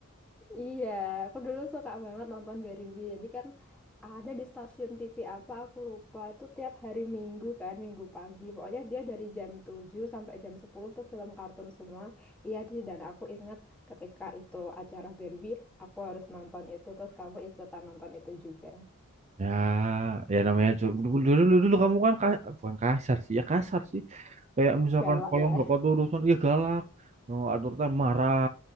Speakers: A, in the centre; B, on the right.
A: Iya, aku dulu suka banget nonton Barbie, jadi kan ada di stasiun TV apa, aku lupa, itu tiap hari Minggu kan, Minggu pagi, pokoknya dia dari jam 7 sampai jam 10 tuh film kartun semua, iya Ci, dan aku ingat ketika itu acara Barbie, aku harus nonton itu, terus kamu ikutan nonton itu juga,
B: Ya, ya namanya cu- dulu dulu dulu, dulu kamu kan ka- bukan kasar sih, ya kasar sih. Kayak misalkan
A: galak
B: kalau
A: ya.
B: nggak kau urusan, ya galak, nggak aturkan marah,